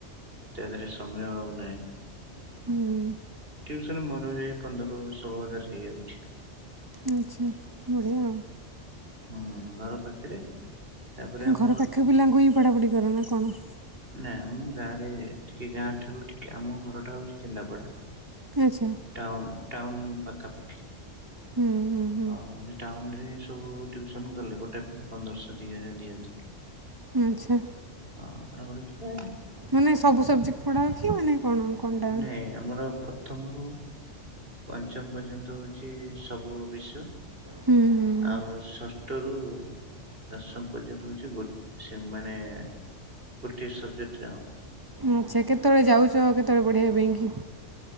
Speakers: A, on the right (about 50°); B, on the right (about 20°).
A: ତା ଦେହରେ ସମୟ ଆଉ ନାଇଁ। ଟିଉସନରେ
B: ହୁଁ
A: ମୋର ଏଇ ପନ୍ଦର ଷୋହଳ ହଜାର ହେଇଯାଉଚି।
B: ଆଚ୍ଛା ବଢିଆ ଆଉ।
A: ହୁଁ ଘର ପାଖରେ। ତାପରେ ଆମ
B: ଘର ପାଖ ପିଲାଙ୍କୁ ହିଁ ପଢାପଢି କର ନା କଣ?
A: ନାଇଁ ଆମ ଗାଁରେ ଟିକେ ଗାଁଠାରୁ ଟିକେ ଆମ ଘରଟା ହୋଉଚି କେନ୍ଦାପଡା।
B: ଆଚ୍ଛା
A: ଟାଉନ୍-ଟାଉନ୍ ପାଖାପାଖି।
B: ହୁଁ ହୁଁ ହୁଁ
A: ଆଉ ଯେ ଟାଉନରେ ସ୍ ସବୁ ଟିଉସନ୍ କଲେ ଗୋଟେ ପିଲା ପନ୍ଦରଶ ଦିଏ ଦିଅନ୍ତି।
B: ଉଁ ଆଚ୍ଛା।
A: ଆପଣ ପଢୁଥୁବେ
B: ମାନେ ସବୁ ସବଜେକ୍ଟ ପଢାଅ କି ମାନେ କଣ? କଣଟା
A: ନାଇଁ ଆମର ପ୍ର ପ୍ରଥମରୁ ପଞ୍ଚମ ପର୍ଯ୍ୟନ୍ତ ହୋଉଚି ସବୁ ବିଷୟ।
B: ହୁଁ ହୁଁ
A: ଆଉ ଷଷ୍ଠରୁ ଦଶମ ପର୍ଯ୍ୟନ୍ତ ହୋଉଚି ଗୋ-ସେମାନେ ଗୋଟିଏ ସବଜେକ୍ଟରେ ଆଉ।
B: ଆଚ୍ଛା କେତୋଳେ ଯାଉଚ କେତୋଳେ ପଢେଇବା ପାଇଁକି?